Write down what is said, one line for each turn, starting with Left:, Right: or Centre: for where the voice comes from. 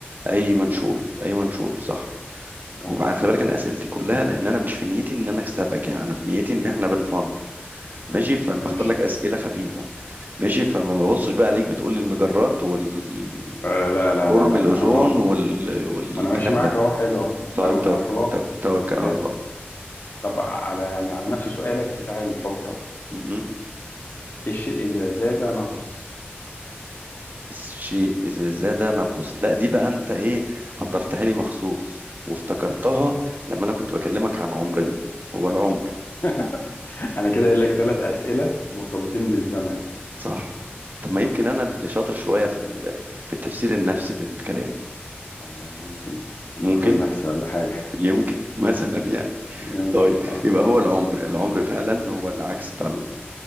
Right: أي منشور
Left: تمام،
Right: أي منشور صح
Left: صح
Right: وبعد خلي بالك أنا أسئلتي كلها لأن أنا مش في نيتي إن أنا أكسبك يعني أنا في نيتي إن إحنا بنفن ماشي فأنا
Left: ماشي
Right: بختار لك أسئلة خفيفة ماشي فما ببصش بقى عليك بتقول لي المجرات والفورم
Left: آه لا لا لا لا
Right: الاوزون
Left: لا انا
Right: وال... والكلام
Left: ما انا ماشي معاك
Right: ده
Left: اهو حلو اهو
Right: طيب
Left: لا ما
Right: توك...
Left: انا خلاص
Right: تو- توكل
Left: رجعت
Right: على الله
Left: طب على يعني على نفس سؤالك بتاع الحفره
Right: م- م.
Left: الشيء إذا زاد نقص
Right: الشيء اذا زاد نقص لا دي بقى انت ايه حضرتها لي مخصوص وافتكرتها لما انا كنت بكلمك عن عمرنا هو العمر
Left: <laughs> أنا كده قايل لك ثلاث أسئلة مرتبطين بالزمن
Right: صح طب ما يمكن انا اللي شاطر شويه في ال... في التفسير النفسي للكلام
Left: والله يمكن كنت
Right: ممكن
Left: دكتور نفسي ولا حاجة
Right: يمكن <laughs> مثلا يعني
Left: يمكن
Right: طيب
Left: اه
Right: يبقى هو العمر العمر فعلا هو العكس بتاع